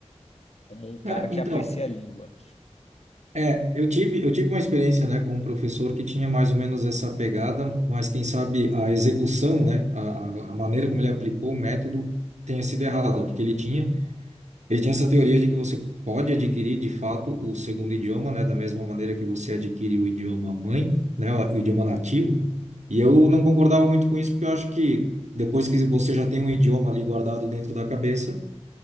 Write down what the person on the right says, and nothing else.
Cara,
então,
É, eu tive, eu tive uma experiência, né, com um professor que tinha mais ou menos essa pegada, mas quem sabe a execução, né, a, a a maneira como ele aplicou o método tenha sido errada, porque ele tinha, ele tinha essa teoria de que você pode adquirir, de fato, o segundo idioma, né, da mesma maneira que você adquire o idioma mãe, né, o idioma nativo, e eu não concordava muito com isso, porque eu acho que depois que você já tem um idioma ali guardado dentro da cabeça,